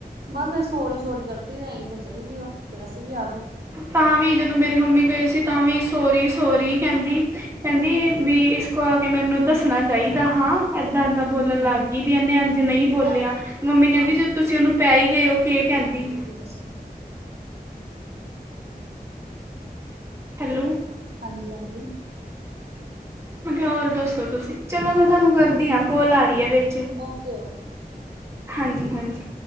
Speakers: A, on the right (about 80°); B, on the right (about 15°).
A: ਬਸ ਫਿਰ ਸੋਰੀ ਸੋਰੀ ਕਰਦੀ ਰਹੀ, ਫੇਰ ਚਲੀ ਗਈ ਉਹ, ਫੇਰ ਅਸੀਂ ਵੀ ਆ ਗਏ।
B: ਤਾਂ ਵੀ ਜਦੋਂ ਮੇਰੀ ਮੰਮੀ ਗਏ ਸੀ ਤਾਂ ਵੀ, ਸੋਹਰੀ ਸੋਹਰੀ ਕਹਿੰਦੀ। ਕਹਿੰਦੀ ਵੀ ਇਸ ਕੋ ਆ ਕੇ, ਮੈਨੂੰ ਦੱਸਣਾ ਚਾਹੀਦਾ ਹਾਂ। ਏਦਾਂ ਏਦਾਂ ਬੋਲਣ
A: ਹੂੰ।
B: ਲੱਗ ਗਈ, ਵੀ ਇਹਨੇ ਅੰਜ ਨਹੀਂ ਬੋਲਿਆ।
A: ਆਹੋ
B: ਮੰਮੀ ਕਹਿੰਦੀ ਜਦੋਂ ਤੁਸੀਂ ਉਹਨੂੰ ਪੈ ਹੀ ਗਏ ਹੋ, ਕੇ ਕਹਿੰਦੀ।
A: ਸਚੀ ਦੱਸਾ ਨਾ
B: ਹੈਲੋ।
A: ਹਾਂਜੀ, ਹਾਂਜੀ।
B: ਹੋਰ ਦੱਸੋ ਤੁਸੀਂ, ਚਲੋ ਮੈਂ ਤੁਹਾਨੂੰ ਕਰਦੀ ਹਾਂ ਕੋਲ ਆ ਰਹੀ ਹੈ ਵਿੱਚ।
A: ਓਕੇ ਓਕੇ
B: ਹਾਂਜੀ, ਹਾਂਜੀ।